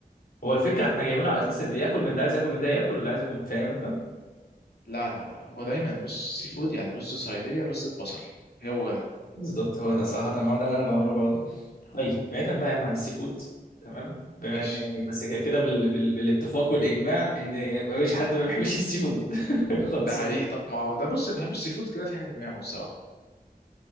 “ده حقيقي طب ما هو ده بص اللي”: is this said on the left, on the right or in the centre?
Left